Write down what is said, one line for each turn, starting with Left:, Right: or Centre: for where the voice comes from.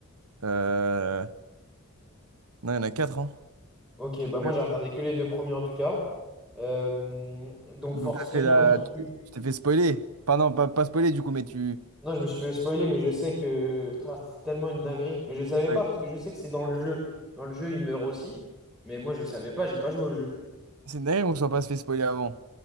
Right: Euh... Non, il y en a 4 hein.
Centre: Ok, bah moi,
Right: Ouais.
Centre: j'ai regardé que les deux premiers en tout cas. Euh, donc
Right: Donc
Centre: forcément,
Right: t'as fait la...
Centre: j'ai
Right: tu
Centre: vu.
Right: t'es tu t'es fait spoiler. Enfin non, pas, pas spoiler du coup, mais tu...
Centre: Non, je me suis fait spoiler, mais je sais que Frère, c'était tellement une dinguerie. Mais je savais
Right: Ouais.
Centre: pas parce que je sais que c'est dans le jeu. Dans le jeu, il meurt aussi. Mais moi, je savais pas, j'ai pas joué au jeu.
Right: C'est une dinguerie qu'on soit pas se fait spoiler avant.